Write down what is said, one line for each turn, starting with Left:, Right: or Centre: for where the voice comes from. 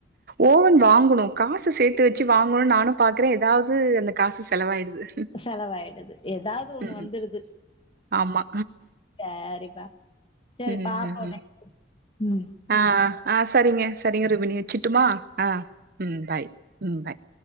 Right: ஓவன் வாங்கணும் காசு சேர்த் சேத்வச்சு வாங்கணும் நானும் பாக்குறேன் ஏதாவது அந்த காசு செலவாயிடுது
Left: செலவாயிடுது. ஏதாவது ஒண்ணு
Right: ம்
Left: வந்துருது.
Right: ஆமா
Left: சரிப்பா. சரி
Right: ம்
Left: பாப்போம்
Right: ம்
Left: நெக்ஸ்ட் ம்.
Right: ஆ ஆ செரிங்க செரிங்க ருபணி வச்சுட்டுமா ஆ ம் பாய் ம் பாய்